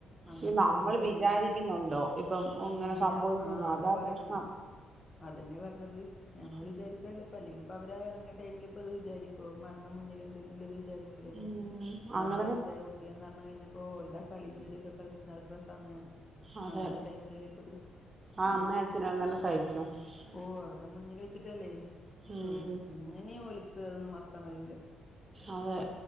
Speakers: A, on the left; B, on the right.
A: അങ്ങനെ
B: ഈ
A: നിക്കണീൻ്റെടീലാണ്
B: നമ്മള് വിചാരിക്കുന്നുണ്ടോ ഇപ്പം ഇങ്ങനെ
A: ഇല്ല
B: സംഭവിക്കുമെന്നോ
A: ആഹ് അതാ പറണത്
B: പ്രശ്നം
A: അതെന്നെ പർഞ്ഞത് ഞമ്മള്
B: ഉം
A: വിചാരിക്ക്ണല്ല ഇപ്പല്ലെ ഇപ്പവര് എറങ്ങിയ ടൈമില്പ്പത് വിചാരിക്കോ മരണം മുന്നില്ണ്ട്ന്ന്ള്ളത് വിചാരി ക്കൂലല്ലൊ
B: ഉം
A: നാല്
B: അങ്ങനൊക്കെ
A: വയസ്സായ കു ട്ട്യാന്നറിഞ്ഞ് കഴിഞ്ഞപ്പോ എല്ലാ കളിയും ചിറിയൊക്കെ കളിച്ച് നടക്ക്ണ സമയം
B: അതെ
A: അങ്ങൻത്തെ ടൈമിലല്ലെപ്പത് സംഭവിക്ക്ണ്
B: ആ അമ്മേം അച്ഛനും <unintelligible>
A: ഓഹ് അവര്ടെ മുന്നില് വെച്ചിട്ടല്ലേ
B: ഉം
A: ഒരി എങ്ങനെയാ ഓല് ക്ക് അതൊന്നും മറക്കാൻ കയ്യൂല
B: അതെ